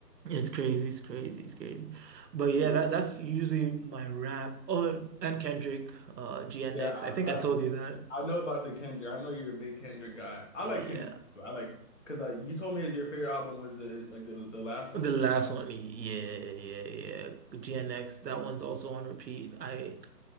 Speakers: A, on the right (about 75°); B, on the left (about 45°).
A: it's crazy, it's crazy, it's crazy. But yeah,
B: Yeah,
A: that that's usually my rap. Oh, and Kendrick, uh, GNX.
B: yeah, I,
A: I think I told
B: I
A: you that.
B: I know about the Kendrick. I know you're a big Kendrick guy. I
A: Yeah.
B: like Kendrick too. I like because I you told me his your favorite album was the like the the last one
A: The
B: he
A: last
B: dropped.
A: one, yeah, yeah, yeah. GNX, that one's also on repeat. I